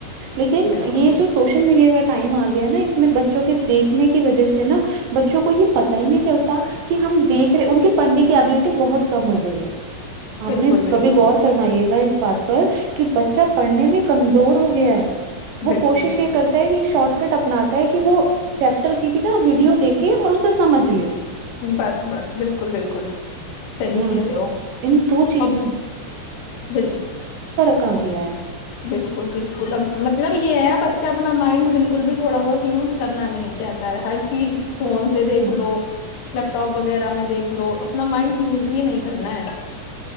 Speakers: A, on the right; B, on the left.
A: لیکن
B: بالکل
A: یہ جو سوشل میڈیا کا ٹائم آ گیا نا اس میں بچوں کے دیکھنے کی وجہ سے نا بچوں کو یہ پتا ہی نہیں چلتا کہ ہم دیکھ رہے ان کے پڑھنے کی ابلٹی بہت کم ہو گئی ہے
B: بالکل
A: آپ نے
B: بالکل
A: کبھی غور فرمائیے گا اس بات پر کہ بچہ پڑھنے میں کمزور ہو گیا ہے وہ
B: بالکل
A: کوشش
B: بالکل
A: یہ کرتا ہے کہ شارٹ کٹ اپنااتا ہے کہ وہ چیپٹر کی بھی نا ویڈیو دیکھے اور اسے سمجھ لے
B: بس بس بالکل بالکل صی
A: ہاں
B: کہہ رہے ہو
A: ان دو چیزوں
B: اب بالک
A: کہ گیا ہے
B: بالکل بالکل اب مطلب یہ ہے بچہ اپنا مائنڈ بالکل بھی تھوڑا بہت یوز کرنا نہیں چاہتا ہے ہر چیز فون سے دیکھ
A: ہ
B: لو لیپ ٹاپ وغیرہ میں دیکھ لو اپنا مائنڈ یوز ہی نہیں کرنا ہے